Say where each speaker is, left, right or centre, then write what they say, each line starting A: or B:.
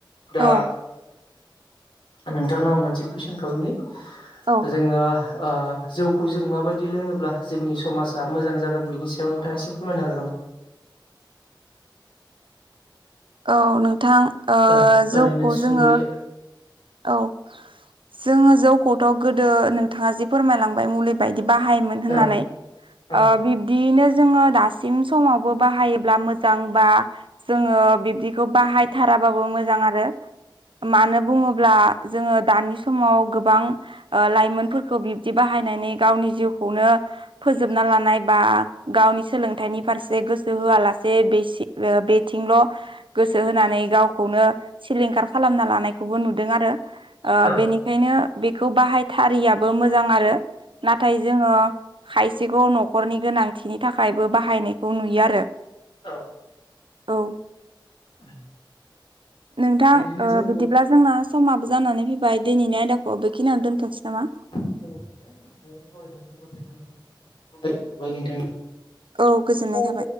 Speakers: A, on the left; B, on the right.
A: दा
B: औ
A: नोंथांनाव आं मोनसे कुइसन खालामनि
B: औ
A: जोङो जौखौ जों माबायदि लोङोब्ला जोंनि समाजा मोजां जागोन बिनि सायाव नोंथाङा एसे फोरमायनो हागोन नामा?
B: औ नोंथां
A: औ ओरैनो
B: जौखौ
A: सुंद'यै
B: जोङो औ जोङो जौखौथ' गोदो नोंथाङा जिे फोरमायलांबाय मुलि बायदि बाहायोमोन होननानै
A: औ औ
B: बिदियैनो जोङो दासिम समावबो बाहायोब्ला मोजां बा जोङो बिब्दिखौ बाहायथाराबाबो मोजां आरो मानो बुङो अब्ला जोङो दानि समाव गोबां लाइमोनफोरखौ बिब्दि बाहायनानै गावनि जिउखौनो फोजोबना लानाय बा गावनि सोलोंथाइनि फारसे गोसो होआलासे बेसे बेथिंल' गोसो होनानै गावखौनो सिलिंखार खालामना लानायखौबो नुदों आरो
A: औ
B: बेनि बेखायनो बेखौ बाहायथारिैयाबो मोजां आरो। नाथाय जोङो खायसेखौ न'खरनि गोनांथिनि थाखायबो बाहायनायखौ नुयो आरो।
A: औ
B: औ
A: <inaudible>
B: नोंथां
A: बेबायदिनो जौखौ
B: बिदिब्ला जोंना समाबो जानानै फैबाय दिनैनि आयदाखौ बेखिनियानो दोनथ'नोसै नामा?
A: ं <unintelligible> नो सावरायानो जबोदजोन मोन सावाय नोंथां
B: औ गोजोननाय
A: औ
B: थाबाय।